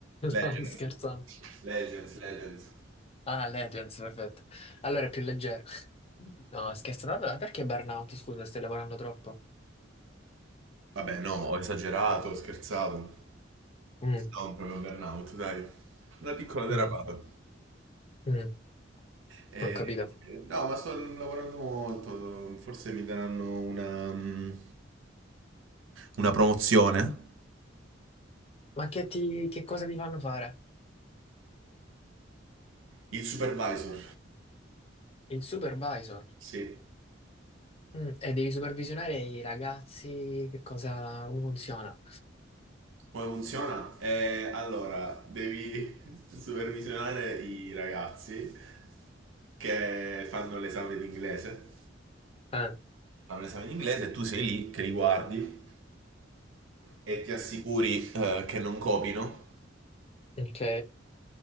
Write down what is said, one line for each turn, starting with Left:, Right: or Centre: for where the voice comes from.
Left: Sto
Right: Legends,
Left: scherzando.
Right: Legends, Legends.
Left: Ah, Legends, perfetto. Allora è più leggero. No, scherzando, allora perché burnout? Scusa, stai lavorando troppo?
Right: Vabbè, no, ho esagerato, ho scherzato.
Left: Mm,
Right: Non proprio burnout, dai. Una piccola derapata.
Left: mm, mm,
Right: Eh,
Left: non ho capito.
Right: no, ma sto lavorando molto, forse mi daranno una, mm, una promozione.
Left: Ma che, ti, che cosa ti fanno fare?
Right: Il supervisor,
Left: Il supervisor.
Right: sì.
Left: Mm, e devi supervisionare i ragazzi, che cosa, come funziona?
Right: Come funziona? Eh, allora, devi <laughs> supervisionare i ragazzi che fanno l'esame di inglese.
Left: Ah,
Right: Fanno l'esame di inglese e tu sei lì che li guardi e ti assicuri eh, che non copino
Left: ok.